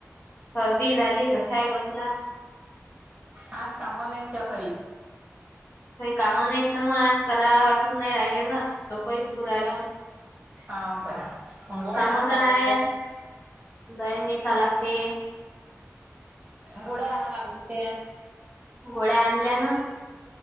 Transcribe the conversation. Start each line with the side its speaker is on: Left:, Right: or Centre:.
Left: सर्दी झाली घशाय बसला.
Right: आज कामा नाहीत का काही?
Left: आज काही काम नाहीत ना मग आज बरा वाटून नाही राहिले ना. डोकही दुखु राहिलं,
Right: हाव काय मग गोळ्या
Left: काम
Right: आणाव लागत
Left: तर हाय.
Right: होत्या
Left: जाईन निसाय लागते.
Right: घोडा आनाय लागत होते.
Left: घोड्या आणल्या ना?